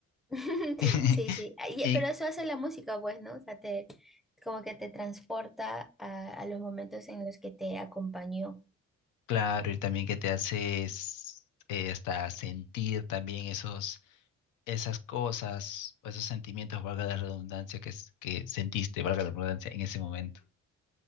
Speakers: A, in the centre; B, on the left.
A: <laughs>
B: <laughs>
A: Sí, sí, Ay,
B: Y
A: pero eso hace la música, pues, ¿no? O sea, te, como que te transporta a, a los momentos en los que te acompañó.
B: claro, y también que te haces eh, hasta sentir también esos, esas cosas, o esos sentimientos, valga la redundancia, que, es- que sentiste, valga la redundancia, en ese momento.